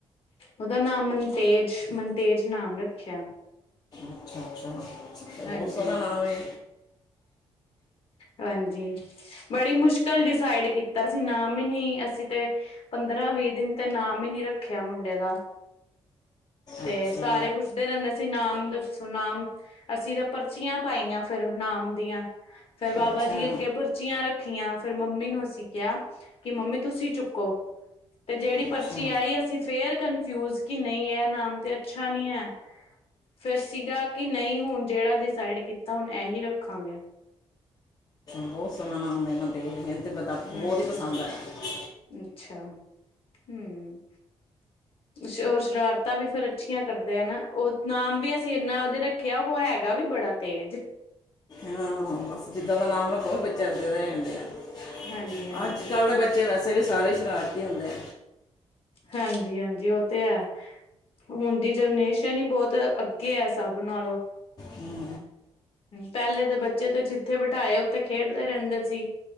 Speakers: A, on the left (about 60°); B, on the left (about 35°).
A: ਉਹਦਾ ਨਾਂ ਮਨਤੇਜ-ਮਨਤੇਜ ਨਾਮ ਰੱਖਿਆ।
B: ਅੱਛਾ-ਅੱਛਾ ਬਹੁਤ
A: ਹਾਂਜੀ
B: ਸੋਣਾ
A: ਹਾਂਜੀ
B: ਨਾਮ ਏ
A: ਹਾਂਜੀ, ਬੜੀ ਮੁਸ਼ਕਿਲ ਡਿਸਾਈਡ ਕੀਤਾ ਸੀ ਨਾਮ ਹੀ ਨੀ ਅਸੀਂ ਤੇ ਪੰਦਰਾਂ-ਵੀਹ ਦਿਨ ਤੇ ਨਾਮ ਹੀ ਨਹੀਂ ਰੱਖਿਆ, ਮੁੰਡੇ ਦਾ ਤੇ
B: ਅੱਛਾ
A: ਸਾਰੇ ਪੁੱਛ ਧ ਰਹਿੰਦੇ ਸੀ, ਨਾਮ ਦੱਸੋ ਨਾਮ, ਅਸੀਂ ਤੇ ਪਰਚੀਆਂ ਪਾਈਆਂ ਫਿਰ ਨਾਮ ਦੀਆਂ ਫਿਰ ਬਾਬਾ
B: ਅੱਛਾ
A: ਜੀ ਅੱਗੇ ਪਰਚੀਆਂ ਰੱਖੀਆਂ, ਫਿਰ ਮੰਮੀ ਨੂੰ ਅਸੀਂ ਕਿਹਾ, ਕਿ ਮੰਮੀ ਤੁਸੀਂ ਚੁੱਕੋ। ਤੇ ਜਿਹੜੀ
B: ਅੱਛਾ
A: ਪਰਚੀ
B: ਅੱਛਾ
A: ਆਈ, ਅਸੀਂ ਫੇਰ ਕਨਫਿਊਜ ਕਿ ਨਹੀਂ ਇਹ ਨਾਮ ਤੇ ਅੱਛਾ ਨਹੀਂ ਐ ਫਿਰ ਸੀਗਾ ਕਿ ਨਹੀਂ ਹੁਣ ਜਿਹੜਾ ਡਿਸਾਈਡ ਕੀਤਾ ਹੁਣ ਇਹੀ ਰੱਖਾਂਗੇ।
B: ਬਹੁਤ ਸੋਹਣਾ ਨਾਮ ਮਨਤੇਜ ਮੈਨੂੰ ਤੇ ਪਤਾ
A: ਹਾਂਜੀ
B: ਬਹੁਤ ਹੀ ਪਸੰਦ ਆਇਆ।
A: ਅੱਛਾ ' <inaudible> ' ਹੁਅ ਸੋਰ-ਸ਼ਰਾਰਤਾਂ ਵੀ ਫਿਰ ਅੱਛੀਆਂ ਕਰਦੇ ਆ ਨਾ, ਉਹ ਨਾਮ ਵੀ ਅਸੀਂ ਇੰਨਾ ਵਧੀਆ ਰੱਖਿਆ, ਉਹ ਹੈਗਾ ਵੀ ਬੜਾ ਤੇਜ
B: ਹਾਂ, ਬੱਸ ਜਿੱਦਾਂ ਦਾ ਨਾਮ ਰੱਖੋ, ਬੱਚੇ ਇਦੇ ਦੇ ਰਹਿੰਦੇ ਆ
A: ਹਾਂਜੀ ਹਾਂਜੀ
B: ਅੱਜ-ਕੱਲ ਦੇ ਬੱਚੇ ਬੱਚੇ ਵੈਸੇ ਵੀ ਸਾਰੇ ਸ਼ਰਾਰਤੀ ਹੁੰਦੇ ਐ
A: ਹਾਂਜੀ-ਹਾਂਜੀ ਉਹ ਤੇ ਐ ਹੁਣ ਦੀ ਜਨਰੇਸ਼ਨ ਹੀ ਬਹੁਤ ਅੱਗੇ ਐ ਸਭ ਨਾਲੋਂ
B: ਹਮ
A: ਪਹਿਲੇ ਦੇ ਬੱਚੇ ਤੇ ਜਿੱਥੇ ਬਿਠਾਏ ਉੱਥੇ ਖੇਡਦੇ ਰਹਿੰਦੇ ਸੀ।